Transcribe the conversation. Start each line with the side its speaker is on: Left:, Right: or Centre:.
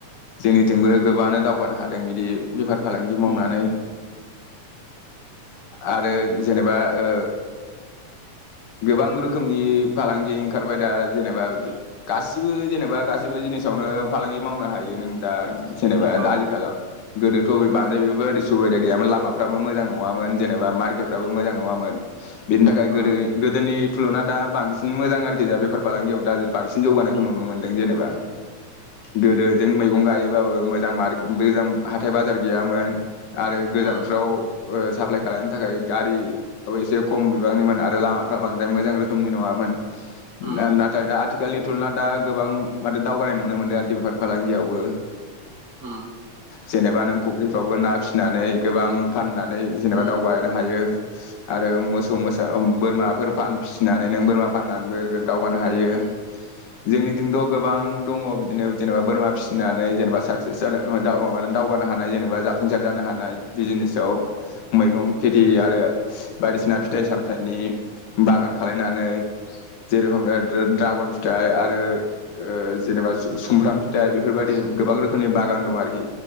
Left: जोंनिथिंबो गोबाङानो दावगानो हा दों बिदि बेफार फालांगि मावनानै।
Right: उम
Left: आरो जेनेबा ओ गोबां रोखोमनि फालांगि ओंखारबाय दा जेनेबा गासिबो जेनेबा गासिबो जिनिसावनो फालांगि मावनो हायो। नों दा जेनेबा
Right: औ
Left: दा आथिखालाव गोदोथ' बबे बांद्राय
Right: औ उम
Left: बेफोरबादि सुबिदा गैयामोन लामफ्राबो मोजां नङामोन जेनेबा मारकेटफ्राबो मोजां नङामोन। बेनि थाखाय
Right: उम
Left: गोदो गोदोनि थुल'ना दा बांसिन मोजां आरोखि जा बेफार फालांगियाव दा बांसिन जौगानायखौ नुनो मोनदों जेनेबा गोदो जों मैगं गायोबाबो मोजां मारके मोजां हाथाय बाजार गैयामोन आरो गोजानफ्राव
Right: उम
Left: ओ साप्लाय खालायनो थाखाय गारि एसे खम बिबांनिमोन आरो लामाफ्रा बांद्राय मोजां रोखोमनि नङामोन
Right: उम
Left: ना-नाथाय दा आथि थिखालनि थुलना दा गोबां माथे दावगानाय नुनो मोनदों आरोखि बेफार फालांगियावबो
Right: उम
Left: जेनेबा नों फुख्रिफ्रावबो ना फिसिनानै गोबां फानना नै जेनेबा
Right: उम
Left: दावगानो
Right: उम औ
Left: हायो आरो मोसौ मोसा बोरमाफोर फान फिसिनानै नों बोरमा फाननानैबो दावगानो हायो
Right: उम
Left: जोंनिथिंथ' गोबां दङ' बिदिनो जेनेबा बोरमा फिसिनानै जेनेबा साक्सेस जानो माने दाव माने दावगानो हानाय जेनेबा जाफुंसार जानो हानाय बिजिनेसआव मैगं खेथि आरो बायदिसिना फिथाइ सामथाइनि बागान खालायनानै जेरखम ओ ओ द्रागन फिथाइ आरो ओ जेनेबा जु सुमफ्राम फिथाइ बेफोरबायदि गोबां रोखोमनि बागान दं आरोखि